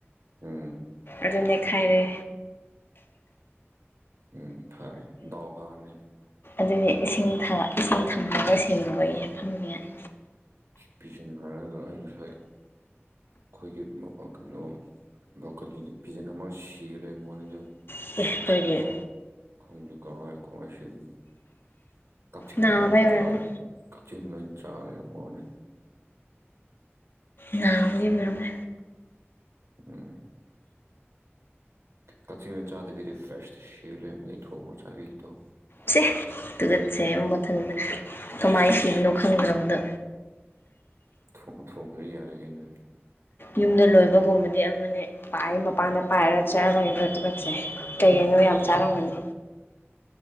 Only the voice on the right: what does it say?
ꯎꯝ
ꯎꯝ ꯐꯔꯦ ꯗꯥꯎ ꯐꯕꯅꯤ
ꯄꯤꯖꯟ ꯍꯥꯏꯔꯒ ꯑꯩ ꯉꯁꯥꯏ ꯑꯩꯈꯣꯏꯒꯤ <unintelligible> ꯀꯩꯅꯣ <unintelligible> ꯄꯤꯖꯟ ꯑꯃ ꯁꯤꯔ ꯂꯩꯕ꯭ꯋꯥꯅꯤꯗ
ꯈꯪꯗꯦ ꯀꯥꯎꯔꯦ ꯀꯃꯥꯏ ꯁꯤꯕꯅꯣ ꯀꯛꯆꯦꯡꯅ
ꯂꯣꯏ
ꯆꯥꯔꯦ ꯀꯛꯆꯤꯡꯅ ꯂꯣꯏꯅ ꯆꯥꯔ ꯂꯩꯔꯝꯕ꯭ꯋꯥꯅꯦ
ꯎꯝ ꯀꯛꯆꯦꯡꯅ ꯆꯥꯗꯕꯤꯗ ꯐ꯭ꯔꯦꯁ ꯁꯤꯔ ꯂꯩꯔꯝꯕ ꯑꯣꯏꯗꯤ ꯊꯣꯡꯉꯥ ꯆꯥꯕꯤꯒꯦ ꯇꯧ
ꯊꯣꯡ ꯊꯣꯡꯒ꯭ꯔꯗꯤ ꯌꯥꯔꯦ ꯀꯩꯅꯣ